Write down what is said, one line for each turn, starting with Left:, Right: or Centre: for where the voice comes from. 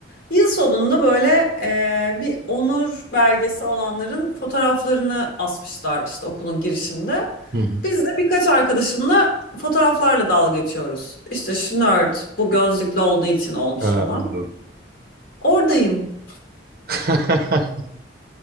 Left: Yıl sonunda böyle eee, bir onur belgesi olanların fotoğraflarını asmışlar işte okulun girişinde.
Right: Hı hı.
Left: Biz de birkaç arkadaşımla fotoğraflarla dalga geçiyoruz. İşte şu nerd bu gözlüklü olduğu için olmuş
Right: Ha,
Left: falan.
Right: anladım.
Left: Oradayım.
Right: <laughs>